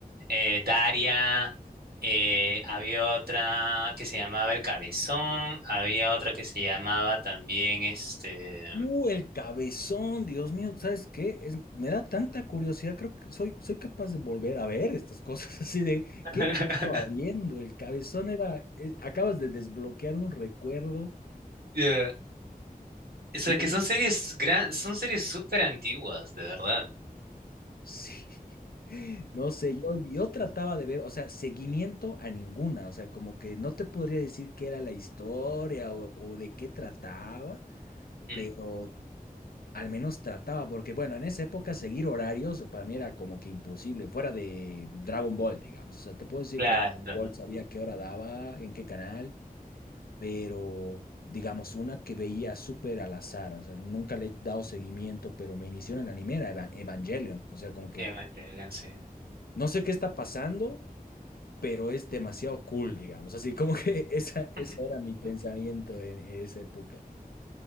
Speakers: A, on the right; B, on the left.
A: eh, Daria, eh, había otra que se llamaba El Cabezón, había otra que se llamaba también este...
B: Uh, el cabezón, Dios mío, ¿sabes qué? Es- me da tanta curiosidad, creo que soy, soy capaz de volver a ver estas cosas <laughs> así de,
A: <laughs>
B: ¿qué estaba viendo? El cabezón era, es- acabas de desbloquear un recuerdo
A: Yeah. Eso
B: y
A: es que son series gran, son series súper antiguas, de verdad.
B: sí, <laughs> no sé, yo, yo trataba de ver, o sea, seguimiento a ninguna, o sea, como que no te podría decir qué era la historia o, o de qué trataba,
A: Mm,
B: pero al menos trataba, porque bueno, en esa época seguir horarios para mí era como que imposible, fuera de Dragon Ball, digamos. O sea, te puedo decir
A: Claro.
B: que Dragon Ball sabía qué hora daba, en qué canal, pero digamos, una que veía súper al azar, o sea, nunca le he dado seguimiento, pero me inició en el anime, era Eva- Evangelion. O sea, como que
A: Evangelion, sí.
B: no sé qué está pasando, pero es demasiado cool, digamos. Así como que <laughs> esa, ese
A: <laughs>
B: era mi pensamiento en en esa época.